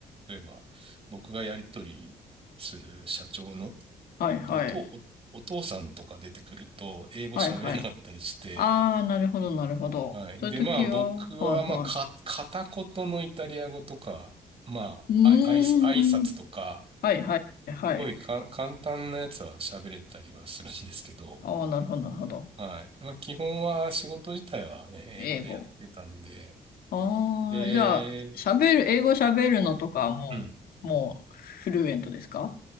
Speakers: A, on the right (about 40°); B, on the left (about 75°).
A: 例えば、僕がやり取りする社長の
B: はい、
A: お、
B: はい。
A: お父、お、お父さんとか出てくると、英語喋れなかったりして、
B: はい、はい。ああ、なるほど、なるほど。
A: はい。
B: そういう時は、
A: で、まあ、僕は、
B: はい、は
A: まあ、か、片言のイタリア語とか、まあ、
B: い。うーん。
A: あい、あい、挨拶とか、
B: はい、はい、はい。
A: すごいか、簡単なやつは喋れたりはするんですけど、
B: ああ、なるほど、なるほど。
A: はい。まあ、基本は仕事自体はね、
B: 英語。
A: 英語でやってたんで、
B: ああ、
A: で、
B: じゃあ、喋る、英語喋るのとかはもう、
A: うん。
B: もう、フルエントですか